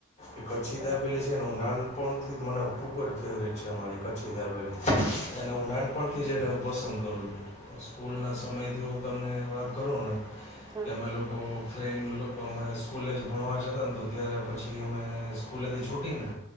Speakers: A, on the left (about 35°); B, on the right (about 20°).
A: એ કચ્છી
B: બરાબર
A: દાબેલી છે હું નાન પણથી જ મને ખૂબ જ ફેવરિટ છે અમારી કચ્છી દાબેલી એને હું નાન આપણથી જને પસંદ કરું જોઈ સ્કૂલના
B: હમ
A: સમયથી હું તમને વાત કરું ને
B: હા
A: કેમે એ લોકો ફ્રેન્ડ અમે સ્કૂલે જ ભણવા જતાં ને તો ત્યારે પછી અમે સ્કૂલેથી છૂટીને